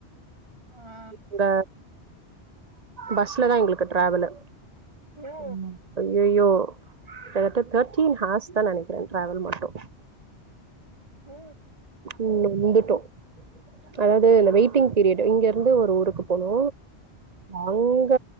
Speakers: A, on the right; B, on the right.
A: ஆ
B: இந்த பஸ்ல தா எங்ளுக்கு டிராவல்லு
A: ஓ
B: ம் அய்யயோ கிட்ட தட்ட தேட்டீன் ஹார்ஸ் தா நெனைக்றே டிராவல் மட்டு
A: ஓ
B: ம் வந்துட்டோ அதாவது இந்த வெயிட்டிங் பீரியட் இங்க இருந்து ஒரு ஊருக்கு போனு அங்க